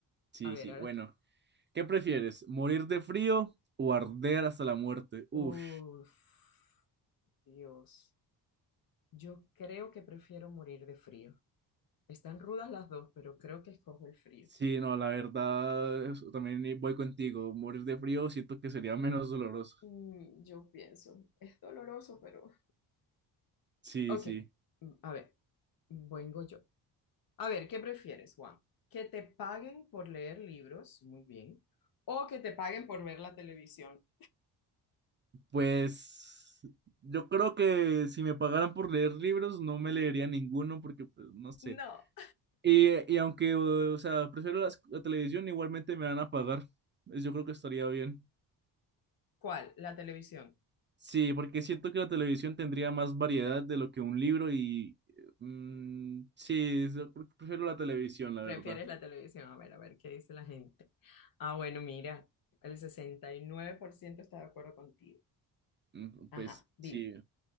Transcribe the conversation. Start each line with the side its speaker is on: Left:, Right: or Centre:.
Right: Sí,
Left: A ver,
Right: sí.
Left: ahora
Right: Bueno,
Left: tú.
Right: ¿qué prefieres? ¿Morir de frío o arder hasta la muerte? Uf.
Left: Uf, Dios. Yo creo que prefiero morir de frío. Están rudas las dos, pero creo que escojo el frío.
Right: Sí, no, la verdad, eso también voy contigo. Morir de frío siento que sería menos doloroso.
Left: Mm, yo pienso, es doloroso, pero
Right: Sí,
Left: Ok,
Right: sí.
Left: mm, a ver, vengo yo. A ver, ¿qué prefieres, Juan? ¿Que te paguen por leer libros? Muy bien. ¿O que te paguen por ver la televisión?
Right: Pues yo creo que si me pagaran por leer libros, no me leería ninguno porque, pues, no sé.
Left: No.
Right: Y, y aunque, o sea, prefiero las- la televisión, igualmente me van a pagar. Pues, Yo creo que estaría bien.
Left: ¿Cuál? La televisión.
Right: Sí, porque siento que la televisión tendría más variedad de lo que un libro y... mm, sí, yo pre- prefiero la televisión, la
Left: ¿Prefieres
Right: verdad.
Left: la televisión? A ver, a ver, ¿qué dice la gente? Ah, bueno, mira, el 69% está de acuerdo contigo.
Right: Mm,
Left: Ajá,
Right: Pues
Left: dime.
Right: sí.